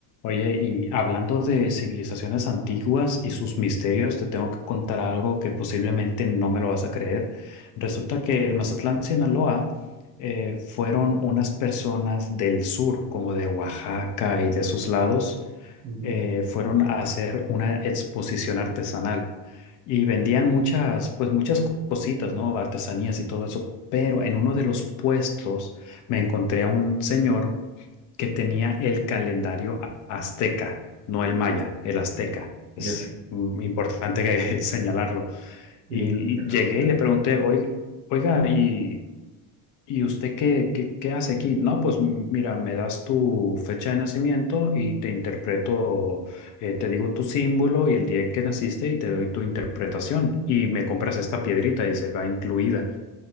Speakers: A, on the left; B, on the right.
A: Oye, y hablando de civilizaciones antiguas y sus misterios, te tengo que contar algo que posiblemente no me lo vas a creer. Resulta que en Mazatlán, Sinaloa, eh, fueron unas personas del sur, como de Oaxaca y de esos lados,
B: Ujú.
A: eh, fueron a hacer una exposición artesanal y vendían muchas, pues muchas co- cositas, ¿no? Artesanías y todo eso. Pero en uno de los puestos me encontré a un señor que tenía el calendario azteca, no el maya, el azteca. Es
B: Ya,
A: mm, importante que- <laughs> señalarlo.
B: tiene
A: Y
B: que la
A: llegué
B: mujer.
A: y le pregunté, "Oi- oiga, ¿y, y usted qué, qué, qué hace aquí? No, pues m- mira, me das tu fecha de nacimiento y te interpreto, eh, te digo tu símbolo y el día en que naciste y te doy tu interpretación. Y me compras esta piedrita y se va incluida.